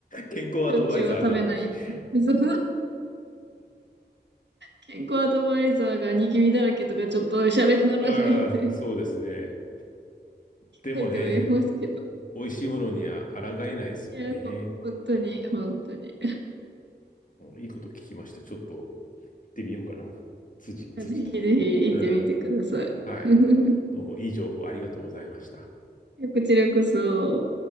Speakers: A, on the left; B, on the right.
A: 健康アドバイザーなのに。
B: しょっちゅうは食べないように。
A: <laughs>
B: そう健康アドバイザーがニキビだらけとかちょっとおしゃれにならないんで、
A: あら、そうですね。でもね、
B: 書いてはいますけど。
A: <laughs> 美味しいものには抗えないですよね。
B: いや、ほ本当に、本当に。
A: うんいいこと聞きました。ちょっと行ってみようかな。辻、辻田。
B: ぜひぜひ行ってみてください。
A: うん。はい。
B: <laughs>
A: どうもいい情報ありがとうございました。
B: こちらこそ。